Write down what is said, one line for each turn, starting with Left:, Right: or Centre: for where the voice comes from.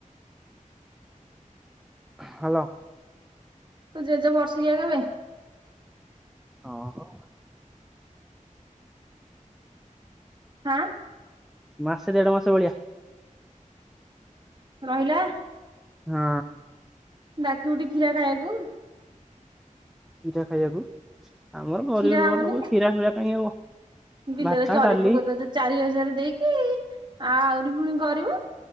Centre: ହାଲୋ।
Right: ତୋ ଜେଜେ ବର୍ଷିକିଆ କେବେ?
Centre: ଓହୋ।
Right: ହାଁ
Centre: ମାସେ ଦେଢ ମାସେ ଭଳିଆ।
Right: ରହିଲା।
Centre: ହୁଁ।
Right: ଡାକିଵୁଟି କ୍ଷୀରା ଖାଇବାକୁ।
Centre: କ୍ଷୀରା ଖାଇବାକୁ ଆମର ଗରିବ
Right: କ୍ଷୀରା ହବନି
Centre: ଘର ଲୋକ କ୍ଷୀରା ଫିରା କାହିଁ ହବ।
Right: ବିଲରେ
Centre: ଭାତ
Right: ଜରି
Centre: ଡାଲି
Right: ପକେଇ ଦେଉଚ ଚାରି ହଜାରେ ଦେଇକି ଆହୁରି ପୁଣି ଗରିବ।